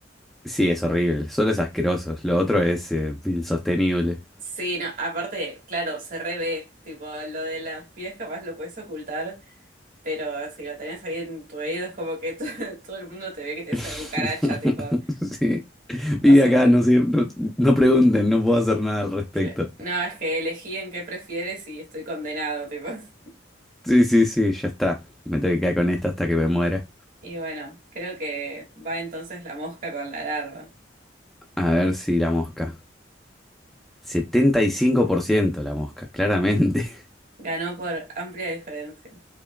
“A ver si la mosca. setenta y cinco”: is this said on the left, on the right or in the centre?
Centre